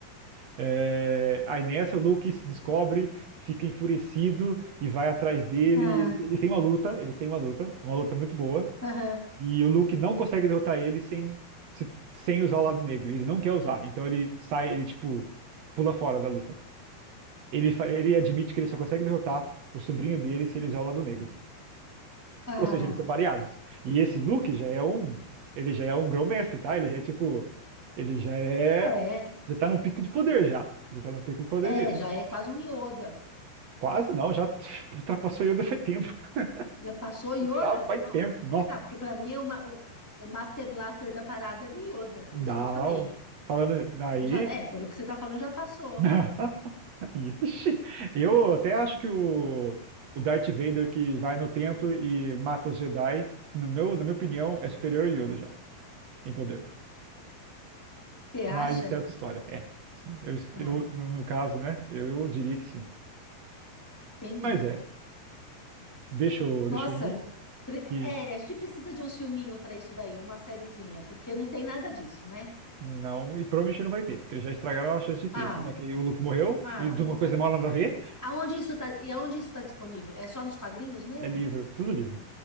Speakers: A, on the right; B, in the centre.
A: É, Aí nessa o Luke se descobre, fica enfurecido e vai atrás dele.
B: Ah,
A: e ele tem- Eles têm uma luta, eles têm uma luta, uma luta muito boa.
B: aham,
A: E o Luke não consegue derrotar ele sem, se- sem usar o lado negro. Ele não quer usar, então ele sai, ele tipo pula fora da luta. Ele, fa- ele admite que ele só consegue derrotar o sobrinho dele se ele usar o lado negro.
B: ah,
A: Ou seja, eles são variados. E esse Luke já é um. Ele já é um grão-mestre, tá? Ele já é tipo. Ele já é.
B: é,
A: Já tá num pico de poder já. Ele tá no pico de poder
B: é,
A: dele.
B: já é quase um Yoda.
A: Quase não, já <laughs> <tsk> ultrapassou Yoda faz tempo. <laughs>
B: Já passou Yoda?
A: Já faz
B: Nossa,
A: tempo,
B: então
A: não.
B: tá, porque pra mim o, ma- o, o Master Blaster da parada era o Yoda, por
A: Não.
B: isso que eu falei.
A: Falando aí.
B: Então já, é, pelo que você tá falando, já passou.
A: <laughs> Ixi, eu até acho que o, o Darth Vader que vai no templo e mata os Jedi, no meu, na minha opinião, é superior ao Yoda já. em poder.
B: Você acha?
A: Mas isso é outra história. É, sim. Eu,
B: Ah,
A: eu no, no caso, né? Eu diria que sim.
B: entendi.
A: Mas é, deixa eu,
B: Nossa,
A: deixa eu ir
B: pre-
A: e
B: é, a gente precisa de um filminho pra isso daí, uma sériezinha, porque não tem nada disso, né?
A: não, e provavelmente não vai ter, porque eles já estragaram a chance de ter.
B: Ah,
A: Já que o Luke morreu,
B: ah,
A: e de
B: não.
A: uma coisa mal nada a ver,
B: Aonde isso tá, e aonde isso está disponível? É só nos quadrinhos mesmo?
A: é livro, tudo livro.